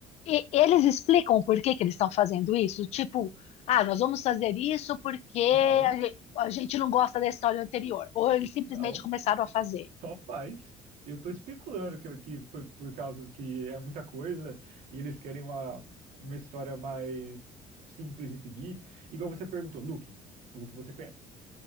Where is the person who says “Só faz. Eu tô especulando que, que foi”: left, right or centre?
Right